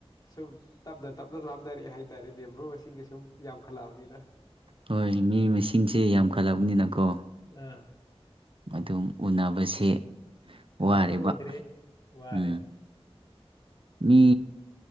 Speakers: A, on the left; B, on the right.
A: ꯁꯨꯝ ꯇꯞꯅ ꯇꯞꯅ ꯂꯥꯞꯅꯔꯛꯑꯦ ꯍꯥꯏꯇꯥꯔꯦ ꯃꯦꯝꯕꯔ ꯃꯁꯤꯡ ꯁꯨꯝ ꯌꯥꯝꯈꯠꯂꯛꯑꯕꯅꯤꯅ
B: ꯍꯣꯏ ꯃꯤ ꯃꯁꯤꯡꯁꯦ ꯌꯥꯝꯈꯠꯂꯛꯕꯅꯤꯅꯀꯣ
A: ꯑꯥ
B: ꯑꯗꯨꯝ ꯎꯅꯕꯁꯦ
A: ꯈꯔ
B: ꯋꯥꯔꯤꯕ
A: ꯇꯣꯏꯗ꯭ꯔꯦ ꯋꯥꯔꯦ
B: ꯎꯝ ꯃꯤ